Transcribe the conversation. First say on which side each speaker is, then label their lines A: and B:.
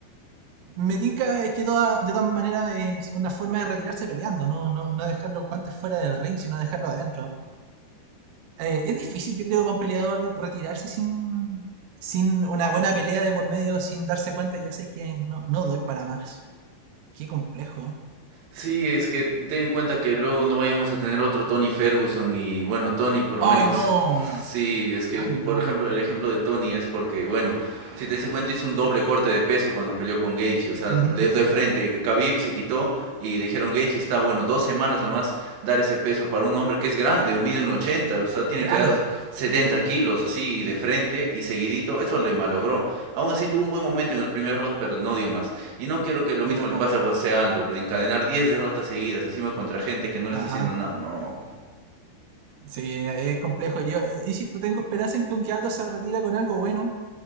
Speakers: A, on the right; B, on the right.
A: Me tinca es que toda- de todas maneras es una forma de retirarse peleando, no, no, no dejar los guantes fuera del ring, sino dejarlo adentro. eh, es difícil, yo creo, para un peleador retirarse sin, sin una buena pelea de por medio, sin darse cuenta, ya sé que no, no doy para más. Qué complejo.
B: Sí, es que ten en cuenta que luego no vayamos a tener otro Tony Ferguson y bueno, Tony por lo
A: ¡Ay,
B: menos,
A: no!
B: sí, es que
A: ¡Ay,
B: por
A: no!
B: ejemplo el ejemplo de Tony es porque bueno, si te das cuenta hizo un
A: Es
B: doble
A: terrible.
B: corte de peso cuando peleó con Gaethje, o sea,
A: Ujú,
B: de, de frente, Khabib se quitó y dijeron Gaethje está bueno, dos semanas nomás dar ese peso para un hombre que es grande, mide un 80, o sea, tiene
A: Claro,
B: que dar 70 kilos así de frente y seguidito, eso le malogró. Aún así tuvo un buen momento en el primer round, pero no dio más. Y no quiero que lo
A: pero
B: mismo le
A: no.
B: pase a José Aldo, de encadenar 10 derrotas seguidas encima contra gente que no le
A: Ajá.
B: está haciendo nada, no.
A: Sí, es complejo. Yo, eh, insisto, tengo esperanza en que con que Aldo se retira con algo bueno.